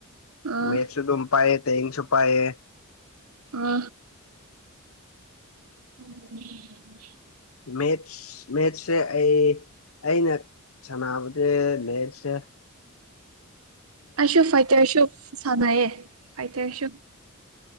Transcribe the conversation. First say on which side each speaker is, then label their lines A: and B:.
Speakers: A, on the right; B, on the left.
A: ꯑꯥ
B: ꯃꯦꯊꯁꯨ ꯑꯗꯨ ꯎꯝ ꯄꯑ ꯇꯁꯨ ꯄꯑ
A: ꯑ ꯑꯣ
B: ꯃꯦꯠꯁ ꯃꯦꯠꯁꯁꯦ ꯑꯩ ꯑꯩꯅ ꯁꯥꯟꯅꯕ ꯑ ꯃꯦꯁ
A: ꯑꯁꯨꯣ ꯐꯥꯏꯇꯔ ꯑꯁꯨ ꯁꯅꯑ ꯐꯥꯏꯇ ꯑꯁꯨꯣ